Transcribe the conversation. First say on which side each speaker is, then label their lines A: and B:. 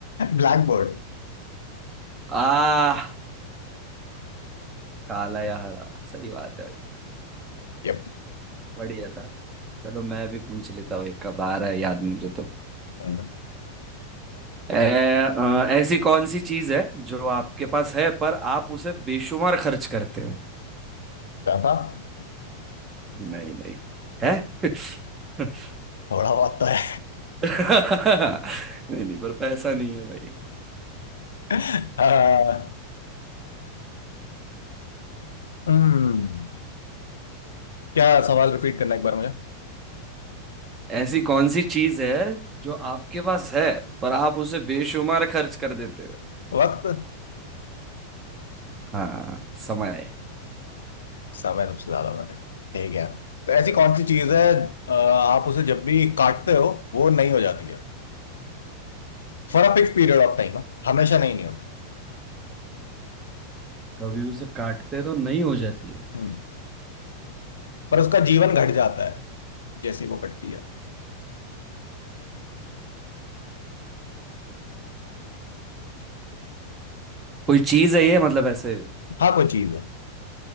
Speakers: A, on the left; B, on the right.
A: Black board
B: आ काला या हरा सही बात है भाई
A: Yep.
B: बढ़िया था चलो मैं भी पूछ लेता हूँ एक कब आ रहा है याद मुझे तो
A: Mm.
B: ए, अ, ऐसी कौन सी चीज है जो आपके पास है पर आप उसे बेशुमार खर्च करते हैं
A: था
B: नहीं नहीं है <laughs>
A: थोड़ा बहुत तो है
B: नहीं नहीं पर पैसा नहीं है भाई
A: <laughs> आ, हम्म क्या सवाल रिपीट करना एक बार मुझे
B: ऐसी कौन सी चीज है जो आपके पास है पर आप उसे बेशुमार खर्च कर देते हैं
A: वक्त
B: हाँ समय
A: समय सबसे ज्यादा मायने ठीक है तो ऐसी
B: अ,
A: कौन सी चीज
B: अ,
A: है अ, आप उसे जब भी काटते हो वो नहीं हो जाती है For a fix period of time हमेशा नहीं नहीं होती
B: कभी उसे काटते तो नहीं हो जाती है
A: हम्म पर उसका जीवन घट जाता है जैसे ही वो कटती है
B: कोई चीज है ये मतलब ऐसे
A: हाँ कोई चीज है